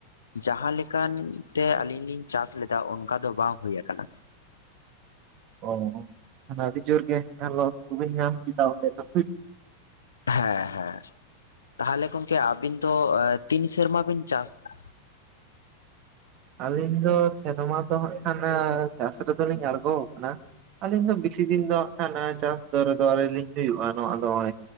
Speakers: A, on the left (about 70°); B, on the right (about 40°).
A: ᱡᱟᱦᱟᱸᱞᱮᱠᱟᱱ ᱛᱮ ᱟᱹᱞᱤᱧ ᱞᱤᱧ ᱪᱟᱥ ᱞᱮᱫᱟ ᱚᱱᱠᱟ ᱫᱚ ᱵᱟᱝ ᱦᱳᱭ ᱟᱠᱟᱱᱟ
B: ᱚ ᱟᱹᱰᱤ ᱡᱳᱨ ᱜᱮ ᱞᱚᱥ ᱠᱚᱵᱮᱱ ᱧᱟᱢ ᱠᱮᱫᱟ ᱚᱸᱰᱮ ᱫᱚ
A: ᱦᱮᱸ ᱦᱮᱸ ᱛᱟᱦᱚᱞᱮ ᱜᱚᱝᱠᱮ ᱟᱵᱤᱱ ᱫᱚ ᱛᱤᱱ ᱥᱮᱨᱢᱟ ᱵᱤᱱ ᱪᱟᱥ ᱫᱟ?
B: ᱟᱹᱞᱤᱧ ᱫᱚ ᱥᱮᱨᱢᱟ ᱫᱚ ᱦᱟᱜ ᱠᱷᱟᱱ ᱪᱟᱥ ᱨᱮᱫᱚᱞᱤᱧ ᱟᱬᱜᱚ ᱟᱠᱟᱱᱟ ᱟᱹᱞᱤᱧ ᱫᱚ ᱵᱮᱥᱤ ᱫᱤᱱ ᱫᱚ ᱪᱟᱥ ᱫᱚ ᱨᱮᱫᱚ ᱟᱹᱞᱤᱧ ᱞᱤᱧ ᱦᱩᱭᱩᱜᱼᱟ ᱱᱚᱜ ᱱᱚᱜᱚᱭ